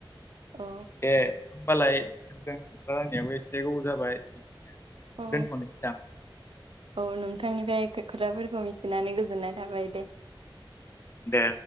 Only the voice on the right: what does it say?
औ।
औ
औ नोंथांनिफ्राय खोथाफोरखौ मिथिनानै गोजोननाय थाबाय दे।